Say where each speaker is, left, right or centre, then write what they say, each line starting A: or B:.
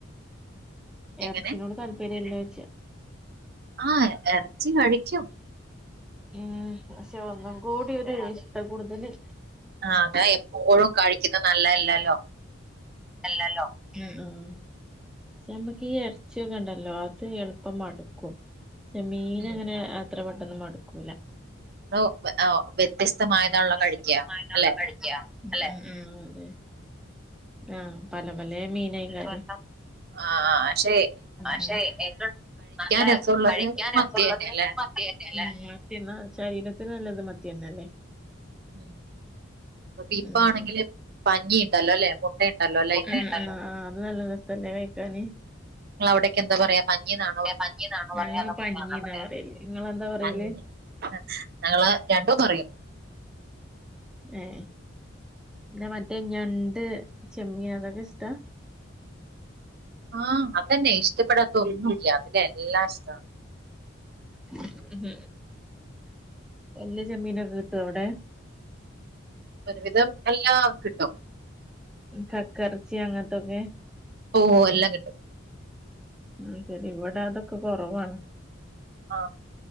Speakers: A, in the centre; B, on the right (about 50°).
A: എർച്ചിനോട്
B: എങ്ങനെ
A: താല്പര്യല്ലേയ്ച്ചാ
B: ആഹ് എർച്ചി കഴിക്കും.
A: ഉം പക്ഷെ ഒന്നും കൂടി ഒര് ഇഷ്ടംകൂടുതല്.
B: ആ അതാ എപ്പോഴും കഴിക്കുന്നെ നല്ലെല്ലല്ലോ?
A: അല്ലല്ലോ ഉം ഉം ക്ഷെമ്മക്കീ എറ്ച്ചിഒക്കെണ്ടല്ലോ അത് എള്പ്പം മട്ക്കും. ക്ഷെ മീന്ങ്ങനെ
B: ഉം
A: അത്ര പെട്ടന്ന് മട്ക്കൂലാ.
B: <unintelligible>
A: വെത്യസ്തമായ്ട്ടുള്ളെ
B: കഴിക്കുക അല്ലെ
A: കഴിക്ക അല്ലെ. ഉം ആഹ് പല പലേ മീനേക്കാരം
B: ആഹ് ക്ഷെ
A: ആക്ഷെ ഏറ്റും നല്ലെ
B: രസമുള്ളത്
A: കഴിക്കാൻ രസൊള്ളത്
B: മത്തി തന്നെ അല്ലെ
A: മത്തിയാ ആ മത്തിന്നാ ശരീരത്തിന് നല്ലത് മത്ത്യെന്നെല്ലേ?
B: ഉം അ ഇപ്പാണെങ്കില്
A: ഉം
B: പഞ്ഞി യിണ്ടല്ലോ അല്ലെ? ഉണ്ടല്ലോ അല്ലെ അതിന്
A: ആ അത് നല്ല രസല്ലേ കഴിക്കാന്.
B: ഇങ്ങളെ അവിടെക്കെന്താ പറ്യായ പഞ്ഞീന്നാ
A: <unintelligible> നിങ്ങെന്താ പറയല്
B: തന്നെ ഞങ്ങള് രണ്ടും പറയും.
A: ഏ മറ്റേ ഞണ്ട് ചെമ്മിന് അതൊക്കെ ഇഷ്ടാ.
B: ആ അതന്നെ ഇഷ്ടപ്പെടാത്ത ഒന്നുല്ല ഇക് എല്ലാം ഇഷ്ടണ്.
A: മ് ഹ് വല്ല്യേ ചെമ്മീനൊക്കെ കിട്ട്വോ അവിടെ.
B: ഒരുവിധം എല്ലാം കിട്ടും.
A: കക്കറച്ചി അങ്ങത്തൊക്കെ.
B: ഓ എല്ലാം കിട്ടും.
A: ഉ ശരി ഇവടെ അതൊക്കെ കൊറവാണ്.
B: ആ